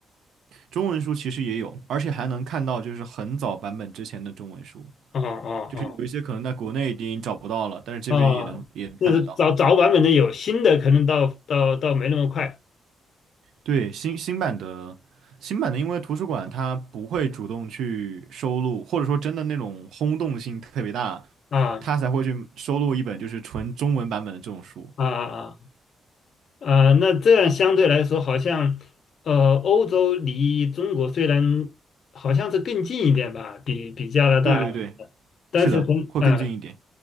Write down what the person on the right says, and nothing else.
中文书其实也有，而且还能看到就是很早版本之前的中文书，
就是有一些可能在国内已经找不到了，但是这边也能也能看得到。
对，新新版的新版的，因为图书馆它不会主动去收录，或者说真的那种轰动性特别大，
它才会去收录一本就是纯中文版本的这种书。
对对对，
是的，会更近一点。